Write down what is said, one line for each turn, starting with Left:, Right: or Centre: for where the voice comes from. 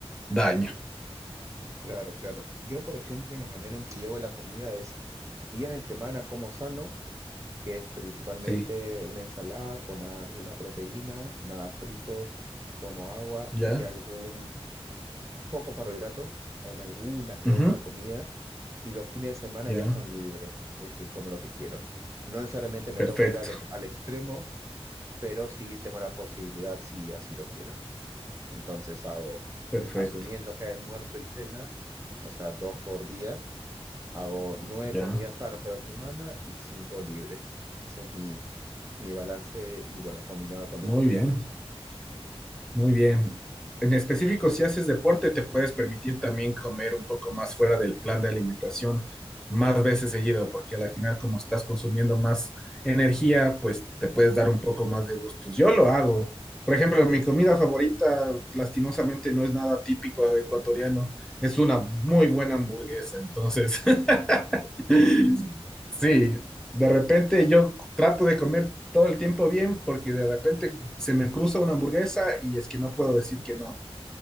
Centre: daño.
Right: Claro, claro. Yo, por ejemplo, la manera en que llevo la comida es días de semana como sano, que es principalmente
Centre: Sí,
Right: una ensalada con alguna proteína, nada frito, tomo agua
Centre: ya.
Right: y algún poco carbohidrato en alguna que
Centre: Ujú,
Right: otra comida. Y los fines de semana
Centre: Ya.
Right: ya son libres, es decir, como lo que quiero. No necesariamente me
Centre: Perfecto,
Right: tengo que ir al, ex- al extremo, pero sí tengo la posibilidad si así lo quiero. Entonces hago,
Centre: perfecto.
Right: asumiendo que hay almuerzo y cena, o sea, dos por día Hago nueve
Centre: Ya.
Right: comidas sanas a la semana y cinco libres. Ese es mi, mi balance y bueno, combinado con
Centre: Muy
Right: deporte.
Centre: bien. Muy bien. En específico, si haces deporte, te puedes permitir también comer un poco más fuera del plan de alimentación más veces seguido, porque al final, como estás consumiendo más energía, pues te puedes dar un poco más de gustos. Yo lo hago. Por ejemplo, mi comida favorita, lastimosamente, no es nada típico ecuatoriano. Es una muy buena hamburguesa. Entonces, <laughs> sí, de repente yo trato de comer todo el tiempo bien porque de repente se me cruza una hamburguesa y es que no puedo decir que no.